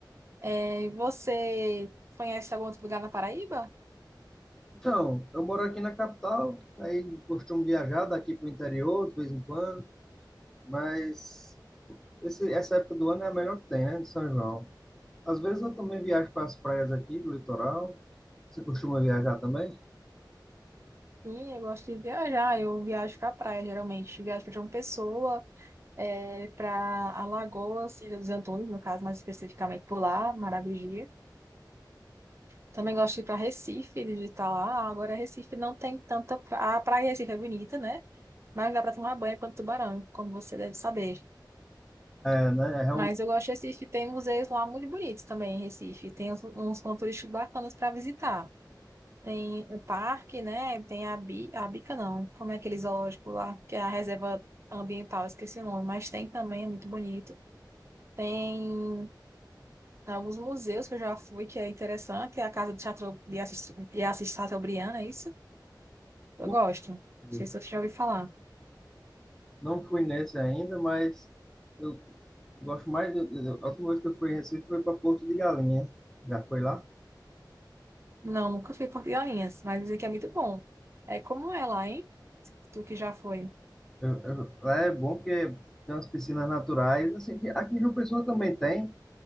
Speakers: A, on the right; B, in the centre.
A: É, você conhece algum outro lugar na Paraíba?
B: Então, eu moro aqui na capital, aí costumo viajar daqui pro interior de vez em quando, mas esse, essa época do ano é a melhor que tem, né, de São João. Às vezes eu também viajo para as praias aqui do litoral. Você costuma viajar também?
A: Sim, eu gosto de viajar. Eu viajo para praia, geralmente. Viajo para João Pessoa, é, para Alagoas, Ilha dos Antunes, no caso, mais especificamente por lá, Maragogi. Também gosto de ir para Recife, visitar lá. Agora, Recife não tem tanta. pra- A praia de Recife é bonita, né? Mas não dá para tomar banho quanto tubarão, como você deve saber.
B: É, né? É Realmente,
A: Mas eu gosto de Recife, tem museus lá muito bonitos também em Recife. Tem uns, uns pontos turísticos bacanas para visitar. Tem o parque, né? Tem a, Bi, a Bica, não. Como é aquele zoológico lá, que é a reserva ambiental, esqueci o nome. Mas tem também, é muito bonito. Tem alguns museus que eu já fui, que é interessante. É A Casa de Chateau- de Assis de Assis Chateaubriand, é isso?
B: eu
A: Eu
B: não
A: gosto. Não
B: fui
A: sei se você já ouviu falar.
B: não fui nesse ainda, mas eu gosto mais. do- do- A última vez que eu fui em Recife foi para Porto de Galinha. Já foi lá?
A: Não, nunca fui em Porto de Galinhas, mas dizem que é muito bom. É como é lá, hein? Tu que já foi.
B: Eu- eu- lá é bom porque tem umas piscinas naturais. Assim, que aqui em João Pessoa também tem,